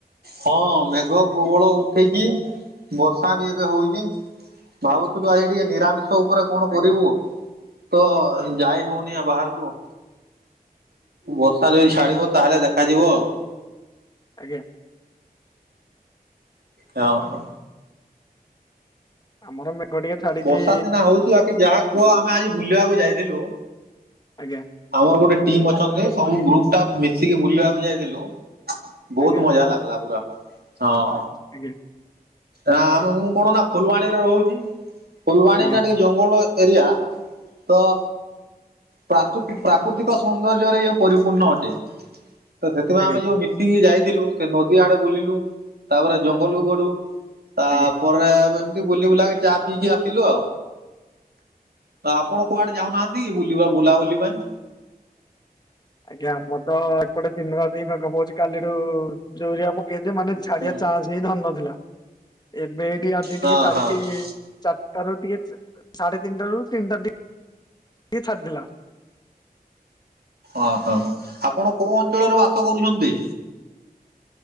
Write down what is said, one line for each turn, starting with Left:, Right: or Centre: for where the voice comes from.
Right: ହଁ ମେଘ ପର୍ବଳ ଉଠେଇକି ବର୍ଷା ବି। ହଉଛି। ଭାବୁଥିଲୁ ଆଜି ଟିକେ ନିରାମିଷ ଉପରେ କଣ
Left: ଆଜ୍ଞା
Right: କରିବୁ? ତ ଯାଇ ହଉନି ବାହାରକୁ। ବର୍ଷା ଯଦି ଛାଡିବ ତାହେଲେ ଦେଖାଯିବ ଆଉ।
Left: ଆଜ୍ଞା।
Right: ହଁ।
Left: ଆମର ମେଘ ଟିକେ ଛାଡିଛି।
Right: ବର୍ଷା ସିନା ହଉଛି ବାକି ଯାହା କୁହ ଆମେ ଆଜି ବୁଲିବାକୁ ଯାଇଥିଲୁ।
Left: ଆଜ୍ଞା।
Right: ଆମର ଗୋଟେ ଟିମ୍ ଅଛନ୍ତି ସବୁ ଗ୍ରୁପ ଟା ମିଶିକି ବୁଲିବାକୁ ଯାଇଥିଲୁ। ବହୁତ
Left: ଆଜ୍ଞା
Right: ମଜା ଲାଗିଲା ପୁରା। ହଁ।
Left: ଆଜ୍ଞା
Right: ଆମେ ମୁଁ କଣ ନା ଫୁଲବାଣୀରେ ରହୁଛି। ଫୁଲବାଣୀ
Left: ଆଜ୍ଞା
Right: ଟା ଟିକେ ଜଙ୍ଗଲ ଏରିଆ ତ ପ୍ରଚ ପ୍ରାକୃତିକ ସୌନ୍ଦର୍ଯ୍ୟରେ ଇଏ ପରିପୂର୍ଣ୍ଣ ଅଟେ। ତ ସେଥିପାଇଁ
Left: ଆଜ୍ଞା
Right: ଆମେ ଯୋଉ ମିଶିକି ଯାଇଥିଲୁ ସେ ନଦୀ ଆଡେ ବୁଲିଲୁ। ତାପରେ ଜଙ୍ଗଲକୁୁ ଗଲୁ। ତାପରେ
Left: ଆଜ୍ଞା।
Right: ତାପରେ ଏମିତି ବୁଲି ବୁଲାକ ଚା ପିଇକି ଆସିଲୁ ଆଉ। ତ ଆପଣ କୁଆଡେ ଯାଉନାହାନ୍ତି ବୁଲା ବୁଲାବୁଲି ପାଇଁ?
Left: ଆଜ୍ଞା ଆମର ତ ଏପଟେ ଦିନରାତି ମେଘ ପକୋ କାଲିଠୁ ଜୋ ଏରିଆ ପକେଇଚି ମାନେ ଛାଡିଆ
Right: ହଁ
Left: ଚାନ୍ସ ହେଇ ଧ ନଥିଲା। ଏବେ ଏଇଠିକେ ଆଜି ଟିକେ
Right: ହଁ
Left: ଛାଡିଚି
Right: ହଁ
Left: ଚାରିଟାରୁ ଟିକେ ସାଢେ ତିନିଟା ରୁ ତିନିଟା ଟି <unintelligible> ଛାଡ଼ିଲା।
Right: ଓହୋ ଆପଣ କୋଉ ଅଞ୍ଚଳରେ ବାସ କରୁଚନ୍ତି?